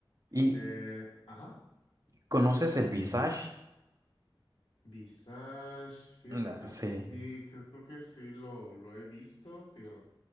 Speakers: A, on the right; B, on the left.
A: ¿Y
B: Eh, ajá,
A: conoces el Visage?
B: Visage, fíjate
A: Nah,
B: que
A: sí,
B: sí, creo, creo que sí lo, lo he visto, te digo,